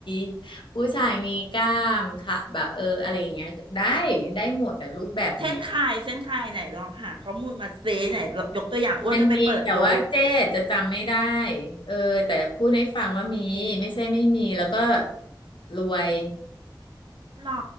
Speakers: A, on the left; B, on the right.
A: ๆ ผู้ชายมีกล้ามค่ะแบบเอออะไรอย่างเงี้ยได้ได้หมดอะรูปแบบเนี้ย
B: เช่นใครเช่นใครไหนลองหาข้อมูลมาเซไหนยกตัวอย่างอ้วนจะไปเปิดดู
A: มันมีแต่ว่าเจ๊จะจำไม่ได้เออแต่พูดให้ฟังว่ามีไม่ใช่ไม่มีแล้วก็รวย
B: หรอ